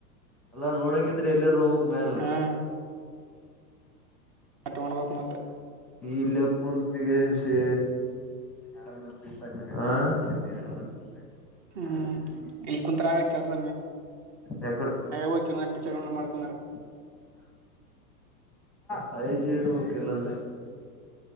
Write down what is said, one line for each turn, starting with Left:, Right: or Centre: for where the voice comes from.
Centre: ಎಲ್ಲಾ ನೋಡಂಗಿದ್ರೆ ಎಲ್ಲಿರೂ ಹೋಗಕ್ ಮ್ಯಾಲ
Right: ಹಾ ಅಟ್ ಮಾಡ್ಬೇಕ ಮತ್ತೆ
Centre: ಇಲ್ಲೇ ಕುಂತಿಸಿ ಆರಾಮ್ ರೀಸ್ ಆ ಸುದಿ ಆರಾಮರೀ
Right: ಹ್ಮ್
Centre: ಆಗ್ ಸುದ
Right: ಇಲ್ಲಿ ಕುಂತ್ರ ಆಗ ಕೆಲ್ಸ
Centre: ಯಾಕಡ್
Right: ಹೋಗಚ ಮಾಡ್ತಂದಾರ
Centre: <inaudible> ಫೈ ಜಿ ಇದಬಕ ಇಲ್ಲ ಅಂದ್ರೆ